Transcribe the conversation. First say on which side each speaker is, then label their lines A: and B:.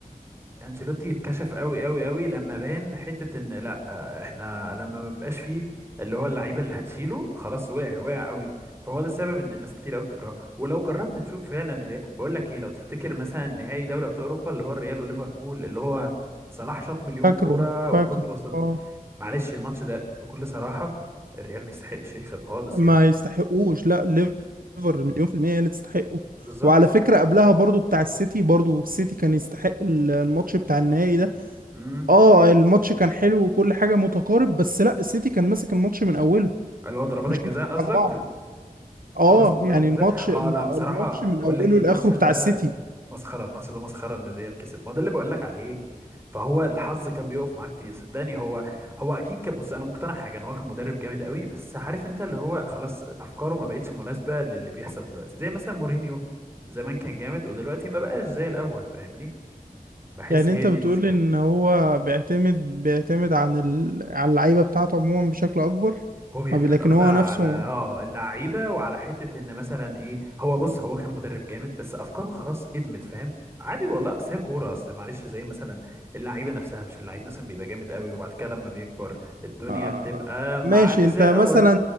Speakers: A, on the right (about 15°); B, on the right (about 70°).
A: انشيلوتي اتكشف قوي قوي قوي لما بان حته ان لا آه، احنا لما ما بيبقاش فيه اللي هو اللعيبه اللي هتشيله خلاص وقع وقع قوي فهو ده السبب ان الناس كتير قوي بتكرهه ولو جربت تشوف فعلا الريال بقول لك ايه لو تفتكر مثلا نهائي دوري ابطال اوروبا اللي هو الريال وليفربول اللي هو صلاح شاط مليون
B: فاكره
A: كوره وكورتوا
B: فاكره
A: صد
B: اه
A: معلش الماتش ده بكل صراحه الريال ما يستحقش يكسب خالص
B: ما
A: يعني
B: يستحقوش لا
A: مم.
B: ليفر مليون في المية هي اللي تستحقه
A: بالظبط
B: وعلى فكرة قبلها برضو بتاع السيتي برضو السيتي كان يستحق ال- الماتش بتاع النهائي ده
A: مم.
B: اه الماتش كان حلو وكل حاجة متقارب بس لا السيتي كان ماسك الماتش من اوله
A: اللي هو ضربات
B: مش
A: الجزاء
B: بيضحك
A: قصدك
B: على بعض اه
A: اللي وصل لضربة
B: يعني
A: جزاء
B: الماتش الماتش
A: اه لا بصراحة
B: من
A: بقول
B: اوله
A: لك ايه الماتش
B: لاخره
A: ده
B: بتاع السيتي
A: مسخرة الماتش ده مسخرة ان الريال كسب ما ده اللي بقول لك عليه فهو الحظ كان بيقف معاه كتير صدقني هو هو اكيد كان بص انا مقتنع حاجة ان هو كان مدرب جامد قوي بس عارف انت اللي هو خلاص افكاره ما بقتش مناسبة للي بيحصل دلوقتي زي مثلا مورينيو زمان كان جامد ودلوقتي ما بقاش زي الاول فاهمني بحس
B: يعني
A: هي
B: انت
A: دي
B: بتقول
A: المشكلة
B: ان هو بيعتمد بيعتمد عن ال... على اللعيبه بتاعته عموما بشكل اكبر
A: هو بيعتمد
B: ما بي- لكن
A: اكتر
B: هو
A: على
B: نفسه
A: اه اللعيبه وعلى حته ان مثلا ايه هو بص هو كان مدرب جامد بس افكاره خلاص ادمت فاهم عادي والله اصل هي كوره اصل معلش زي مثلا اللعيبه نفسها مش اللعيب مثلا بيبقى جامد قوي وبعد كده لما بيكبر الدنيا
B: آه
A: بتبقى معاه
B: ماشي
A: مش
B: انت
A: زي الاول
B: مثلا